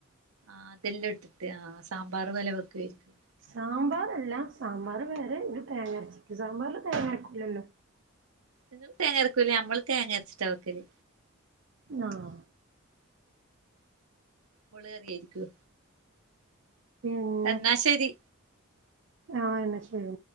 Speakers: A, on the right; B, on the right.
A: ആഹ് തെല്ലാംട്ട്ട്ട്ആഹ് സാമ്പാർ പോലെ വെക്യായിര്ക്കും
B: സാമ്പാറല്ല സാമ്പാർ വേറേ ത് തേങ്ങര ച്ച്ക്ക് സാമ്പാർല് തേങ്ങരക്കൂല്ലല്ലോ
A: ങ്ങൾ തേരക്കൂല്ലേ അമ്മള് തേങ്ങര്ച്ചിട്ടാ വെക്കല്
B: ആഹ്
A: മൊളക് കറിയായിരിക്കും
B: പിന്നെ
A: എന്നാ ശരി
B: ആഹ് എന്നാ ശരി